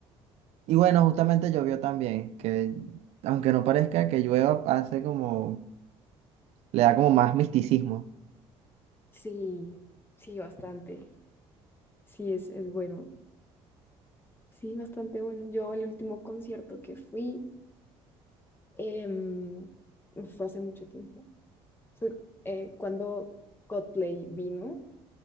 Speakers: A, on the right (about 70°); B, on the left (about 20°).
A: Y bueno, justamente llovió también, que aunque no parezca que llueva, hace como, le da como más misticismo.
B: Sí, sí, bastante. Sí, es, es bueno. Sí, bastante bueno. Yo el último concierto que fui em, fue hace mucho tiempo. Fue eh, cuando Coldplay vino.